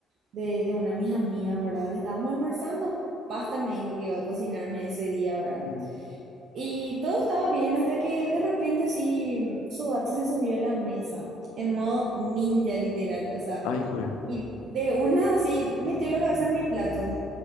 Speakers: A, on the right; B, on the left.
A: de, de una de mis amigas, ¿verdad? Estábamos almorzando. Pasta me dijo que iba a cocinarme ese día, ¿verdad?
B: <clears throat>
A: Y todo estaba bien hasta que de repente así su gato se subió a la mesa, en modo ninja literal, o sea,
B: Ay, joder.
A: y de una así metió la cabeza en mi plato.